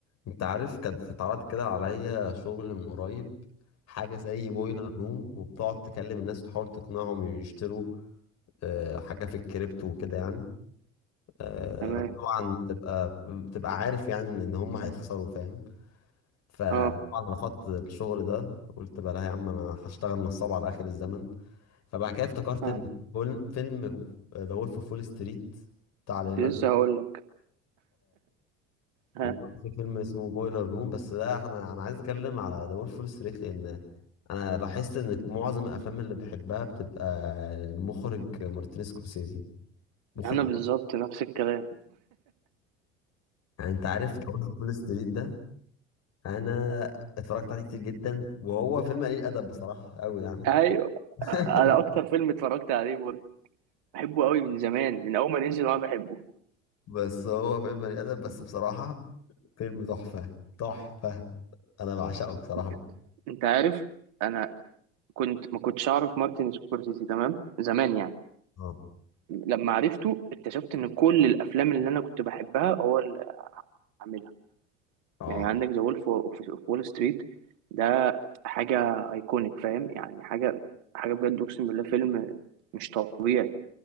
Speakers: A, on the left (about 45°); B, on the right (about 55°).
A: انت عارف كان في اتعرض كده عليا شغل من قريب حاجة زي بويلر روم وبتقعد تكلم الناس وتحاول تقنعهم يشتروا آه، حاجة في الكريبتو وكده يعني آه،
B: تمام
A: بس طبعا بتبقى بتبقى عارف يعني ان إن هم هيخسروا فاهم فطبعا
B: اه
A: رفضت الشغل ده قلت بقى لا يا عم انا هشتغل نصاب على اخر الزمن فبعد كده افتكرت
B: آه.
A: ان فول- فيلم ذا وولف اوف وول ستريت بتاع
B: كنت
A: ليوناردو
B: لسه هقول لك ها
A: وبرضه في فيلم اسمه بويلر روم بس ده احنا انا عايز اتكلم على ذا وولف فول ستريت لان انا لاحظت ان معظم الافلام اللي بحبها بتبقى المخرج مارتن سكورسيزي مخرج
B: انا بالظبط نفس الكلام
A: يعني انت عارف ذا وولف فول ستريت ده انا اتفرجت عليه كتير جدا وهو فيلم قليل ادب بصراحه قوي يعني
B: ايوه
A: <laughs>
B: انا اكتر فيلم اتفرجت عليه برضه بحبه قوي من زمان من اول ما نزل وانا بحبه
A: بس هو فيلم قليل ادب بس بصراحه فيلم تحفه تحفه انا بعشقه بصراحه
B: انت انت عارف انا كنت ما كنتش اعرف مارتن سكورسيزي تمام زمان يعني
A: اه
B: لما عرفته اكتشفت ان كل الافلام اللي انا كنت بحبها هو اللي عاملها
A: اه
B: يعني عندك ذا وولف اوف وول ستريت ده حاجه ايكونيك فاهم يعني حاجه حاجه بجد اقسم بالله فيلم مش طبيعي